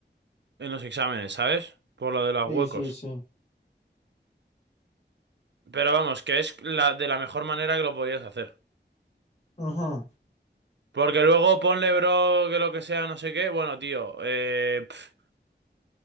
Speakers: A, on the right; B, on the left.
A: en los exámenes, ¿sabes? Por lo de los
B: Sí,
A: huecos.
B: sí, sí.
A: Pero vamos, que es la, de la mejor manera que lo podías hacer.
B: Ajá.
A: Porque luego ponle, bro, que lo que sea, no sé qué. Bueno, tío, eh. pf,